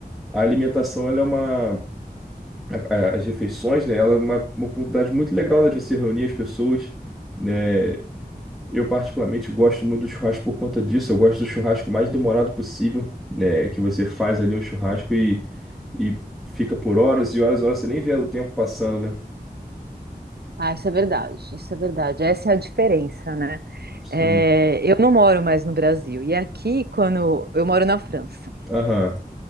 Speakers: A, in the centre; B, on the right.
A: A alimentação, ela é uma, a- as refeições, né? Ela é uma, uma oportunidade muito legal, né, de você reunir as pessoas, né? Eu particularmente gosto muito do churrasco por conta disso. Eu gosto do churrasco mais demorado possível, né? Que você faz ali um churrasco e, e fica por horas e horas e horas, você nem vê o tempo passando, né?
B: Ah, isso é verdade, isso é verdade. Essa é a diferença, né?
A: Sim.
B: É, eu não moro mais no Brasil. E aqui, quando eu moro na França.
A: Aham,